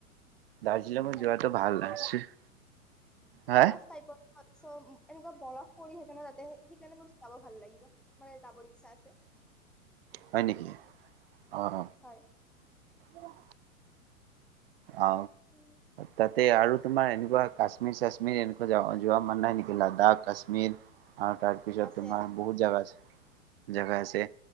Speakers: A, on the right; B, in the centre.
A: দাৰ্জিলিঙত
B: তাকে
A: যোৱাটো
B: তোমাৰ
A: ভাল চুই- হা
B: বৰফ টাইপৰ এনেকুৱা বৰফ পৰি থাকে সে তাতে সেইকাৰণে মোৰ যাব ভাল লাগিব মানে যাবৰ ইচ্ছা আছে
A: হয় নেকি আহ হ
B: হয়
A: উ <inaudible> অ
B: উম,
A: তাত তে আৰু তোমাৰ এনেকুৱা কাশ্মীৰ চাশ্মীৰ এনেকুৱা য যোৱা মান নাই নেকি লাডাখ কাশ্মীৰ আৰু তাৰ পিছত
B: আছে
A: তোমাৰ
B: আছে
A: বহুত জাগা আছে জগা আছে